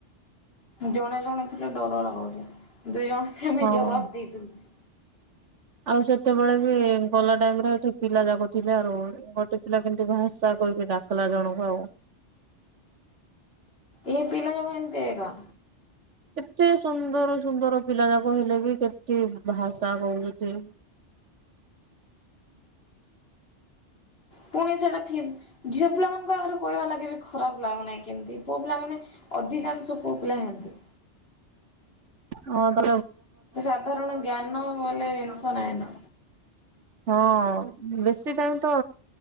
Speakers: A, on the left; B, on the right.
A: ଜଣେ ଜଣେ ଥିଲେ ଡର ଲାଗୁଛି ଦୁଇ ଜଣ ସେ ଆମେ
B: ହଁ।
A: ଜବାବ ଦେଇଦଉଛି।
B: ଆଉ ସେତେବେଳେ ବି ଗଲା ଟାଇମରେ ଏଠି ପିଲା ଯାଗ ଥିଲେ ଆ ଗୋଟେ ପିଲା କିନ୍ତୁ ଭାସା କହିକି ଡାକିଲା ଜଣଙ୍କୁ ଆଉ
A: ଏ ପିଲା ଯୋଉ ଏନତି ହେଲା।
B: କେତେ ସୁନ୍ଦର ସୁନ୍ଦର ପିଲା ଯାକ ହେଲେ ବି କେତେ ଭାଷା କହୁଛନ୍ତି?
A: ପୁଣି ସେଇଟା ଥିବ ଝିଅ ପିଲାମାନଙ୍କ ଆଗରେ କହିବା ଲାଗେ ବି ଖରାପ ଲାଗୁନାହିଁ କେମିତି ପୁଅ ପିଲାମାନେ ଅଧିକାଂଶ ପୁଅ ପିଲା ହିନ୍ତି।
B: ହଁ <inaudible>
A: ସାଧାରଣ ଜ୍ଞାନ ବୋଇଲେ ଜିନିଷ ନାହିଁ ନା
B: ହଁ ବେଶୀ ଟାଇମ ତ